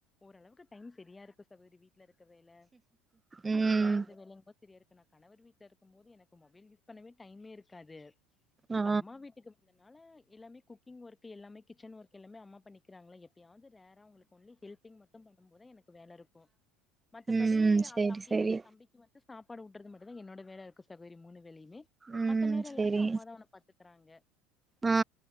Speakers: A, on the left; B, on the right.
A: ஓரளவுக்கு டைம் சரியா இருக்கு சகோதரி வீட்லருக்க வேல
B: ம்
A: அந்த வேல இந்த வேலங்க சரியாஇருக்கு நா கணவர் வீட்ல இருக்கு போது எனக்கு மொபைலு யூஸ் பண்ணவே டைமே இருக்காது இப்ப
B: ஆ
A: அம்மா வீட்டுக்கு இதனால எல்லாமே குக்கிங் ஒர்க்கு எல்லாமே கிச்சன் ஒர்க்கு எல்லாமே அம்மா பன்னிக்கிறாங்ள எப்பயாது ரேர் அவுங்களுக்கு ஒன்லி ஹெல்ப்பிங் மட்டு பன்னு போதா எனக்கு வேல இருக்கு மத்தபடி
B: ம்
A: அவ
B: சேரி
A: தம்பிய
B: சேரி
A: வந்து தம்பிக்கு வந்து சாப்பாடு ஊட்டறது மட்டுந்தா என்னோட வேலயாருக்கு சகோதரி மூணு வேலயுமே
B: ம்
A: மத்த நேரோ
B: சேரி
A: எல்லாமே அம்மாதா அவன பாத்துக்றாங்க
B: ஆ